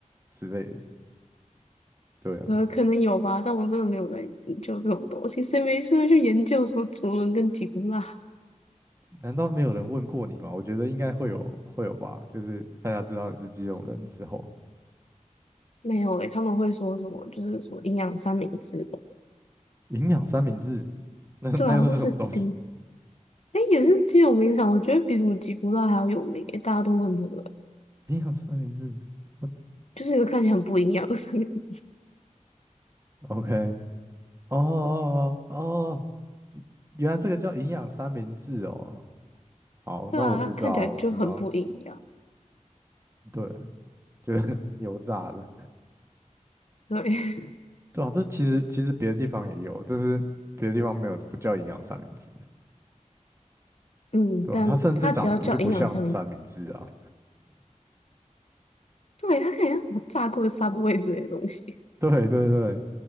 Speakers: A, on the right; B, on the left.
A: 之类的。对啊。
B: 呃，可能有吧，但我真的没有在研究这种东西。谁没事会去研究什么竹轮跟吉古拉？
A: 难道没有人问过你吗？我觉得应该会有，会有吧。就是大家知道你是基隆人之后，
B: 没有诶、他们会说什么就是什么营养三明治吧
A: 营养三明治，那那又是什么东西？
B: 对啊，或是顶诶、也是挺有名场，我觉得比什么吉古拉还要有名诶、大家都问这个，
A: 营养三明治，我
B: 就是一个看起来很不营养的三明治。
A: OK，哦哦哦哦，原来这个叫营养三明治哦。好，
B: 对啊，
A: 那我知道，
B: 看起来就很不营养。
A: 我知道，对，就是 <laughs> 油炸的，
B: 对，
A: 对啊，这其实其实别的地方也有，就是别的地方没有，不叫营养三明治，
B: <laughs> 嗯，
A: 对吧、
B: 但它只要叫营养三明治。
A: 它甚至长得不就不像三明治啊？
B: 对，他看起来像什么炸过的 Subway 之类的东西。
A: 对对对，